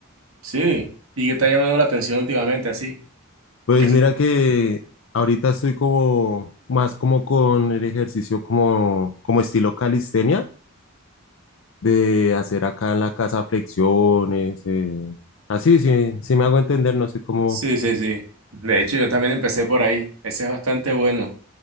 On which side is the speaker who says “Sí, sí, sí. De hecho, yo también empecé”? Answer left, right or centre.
Right